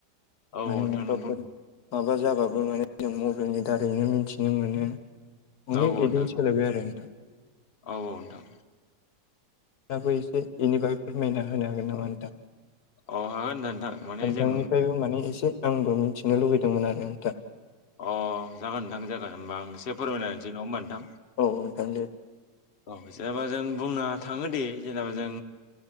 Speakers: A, on the left (about 40°); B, on the left (about 70°).
A: औ
B: माने
A: नोंथां
B: माबाफोर
A: नोंगौ।
B: माबा जाबाबो माने जों मबाइलनि दारैनो मिथिनो मोनो।
A: औ
B: अनेक
A: औ
B: बिदि
A: नोंथां
B: सोलायबाय
A: औ
B: आरो नोंथां।
A: औ औ नोंथां
B: दाबो एसे बेनिफ्रायै फोरमायना होनो हागोन नामा नोंथां।
A: अ हागोन नोंथां नोंथां माने
B: नोंथांनिफ्रायबो
A: जों
B: माने एसे। आंबो मिथिनो लुबैदोंमोन आरो नोंथां।
A: अ जागोन नोंथां जागोन होमबा आं एसे फोरमायनोसै नङा होमबा नोंथां।
B: औ नोंथां।
A: औ जेनेबा जों बुंनो थाङोदि जेनेबा जों